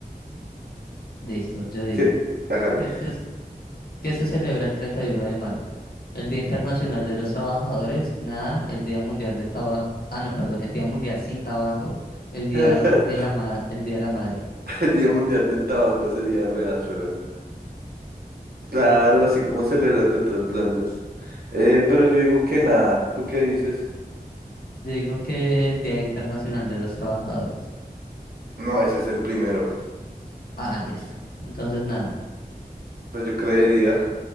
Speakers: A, on the left (about 75°); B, on the right (about 80°).
A: Listo, yo digo.
B: ¿Qué? Hágale.
A: ¿Qué se, qué se celebra el 31 de mayo? El Día Internacional de los Trabajadores, nada, el Día Mundial del Tabaco, ah, no, perdón, el Día Mundial sin Tabaco, el Día
B: <laughs>
A: de la Ma- el Día de la Madre.
B: El Día Mundial del Tabaco sería re áspero. Claro, así como celebran de otras plantas. Eh, pero yo digo que nada. ¿Tú qué dices?
A: Digo que el Día Internacional de los Trabajadores.
B: No, ese es el primero.
A: Ah, listo. Entonces, nada.
B: Pues yo creería.